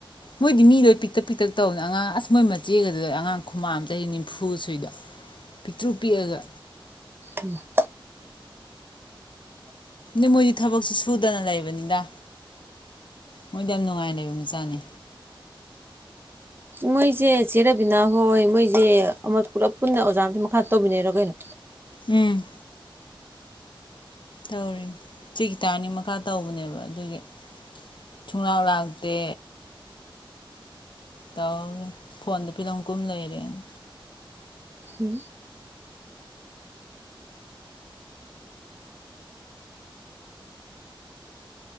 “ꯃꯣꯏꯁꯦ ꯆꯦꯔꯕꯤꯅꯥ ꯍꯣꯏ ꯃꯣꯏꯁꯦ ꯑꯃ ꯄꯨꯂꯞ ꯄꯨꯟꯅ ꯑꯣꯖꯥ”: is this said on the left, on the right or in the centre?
Right